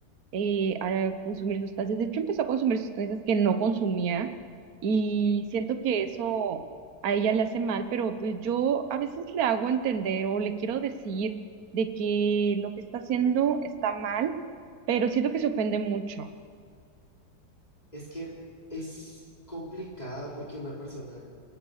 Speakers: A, on the right; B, on the left.
A: eh, a consumir sustancias. De hecho, empezó a consumir sustancias que no consumía y siento que eso a ella le hace mal, pero pues yo a veces le hago entender o le quiero decir de que lo que está haciendo está mal, pero siento que se ofende mucho.
B: Es que es complicado porque una persona,